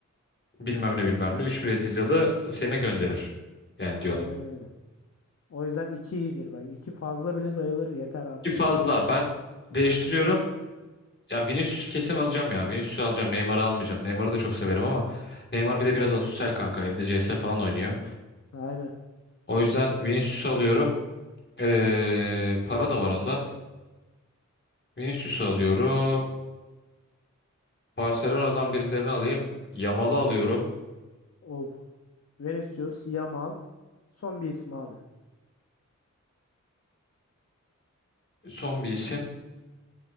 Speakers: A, on the left; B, on the left.
A: bilmem ne bilmem ne. Üç Brezilyalı seni gönderir. Yani
B: Aynen
A: diyorlar.
B: öyle. O yüzden iki iyidir bak. İki fazla bile sayılır yeter artar
A: Ki fazla.
B: bile.
A: Ben değiştiriyorum. Ya Vinicius'u kesin alacağım ya. Vinicius'u alacağım. Neymar'ı almayacağım. Neymar'ı da çok severim ama Neymar bir de biraz asosyal kanka. Evde CS falan oynuyor.
B: Aynen.
A: O yüzden Vinicius'u alıyorum. Ee, para da var onda. Vinicius'u alıyorum. Barcelona'dan birilerini alayım. Yamal'ı alıyorum.
B: Of. Vinicius, Yamal. Son bir isim abi.
A: Son bir isim.